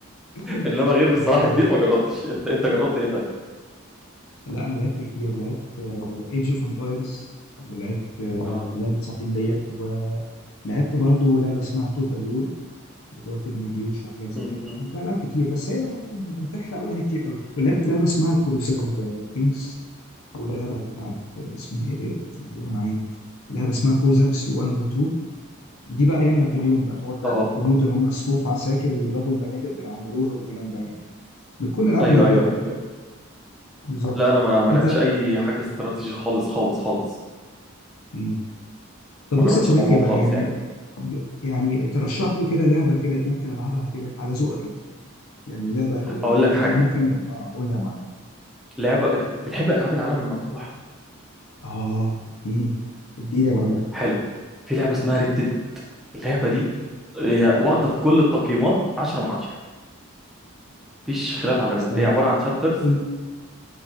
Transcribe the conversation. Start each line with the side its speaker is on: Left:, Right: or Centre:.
Left: <laughs>
Centre: انما غير صلاح
Left: كان حلو
Centre: الدين
Left: قوي
Centre: ما جربتش انت انت جربت ايه طيب
Left: لا انا لعبت كتير لعبت ايج اوف امبايرز ولعبت آه
Centre: اه
Left: لعبه ساعتين ديت ولعبت برضو لعبه اسمها توتال وور بتقعد تبني جيوش وحاجات زي
Centre: م-
Left: كده
Centre: م.
Left: يعني فيها العاب كتير بس هي ما- بتحرق وقت كتير قوي ولعبت لعبه اسمها كروسير كينجز ولعبة بتاعت اسمها ايه ديت قول معايا لعبة اسمها كوزاكس 1 و 2 دي بقى ايام نابليون بقى تقعد بقى
Centre: اه
Left: الجنود اللي هم صفوف عساكر ويضربوا البنادق ويعمروها والكلام ده يعني بكل العاب
Centre: ايوه
Left: له-
Centre: ايوه
Left: يعني
Centre: ايوه
Left: بالظبط
Centre: لا انا ما ما
Left: انت
Centre: لعبتش اي حاجة استراتيجي خالص خالص خالص
Left: مم. طب
Centre: ما
Left: بص
Centre: جربتش
Left: يا صديقي
Centre: الموضوع
Left: بقى
Centre: خالص
Left: يعني
Centre: يعني
Left: ب- يعني ترشح لي كده لعبة كده ممكن العبها كده على ذوقك انت يعني لعبة او لعبتين
Centre: اقول لك حاجة
Left: كده ممكن اه قول لي يا معلم
Centre: لعبة بتحب العاب العالم المفتوح
Left: اه اديني اديني يا معلم
Centre: حلو في لعبة اسمها ريد اللعبة دي هي واخدة في كل التقييمات 10 من 10 مفيش خلاف على الرد
Left: استنى
Centre: هي عبارة عن شابترز
Left: قول